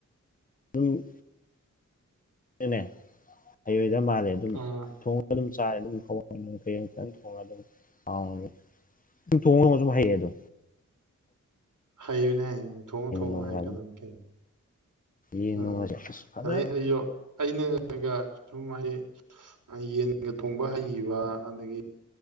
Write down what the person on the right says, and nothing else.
ꯑꯥ
ꯍꯩꯕꯅꯦ ꯊꯣꯡꯉꯣ ꯊꯣꯡꯉꯣ
ꯍꯥꯏ ꯀꯟꯗꯅ ꯀꯩ
ꯎꯝ
ꯑꯗꯩ ꯑꯩꯁꯨ ꯑꯩꯅꯒ ꯁꯨꯝ ꯑꯩ ꯌꯦꯟꯒ ꯊꯣꯡꯕ ꯍꯩꯒꯤꯕ ꯑꯗꯒꯤ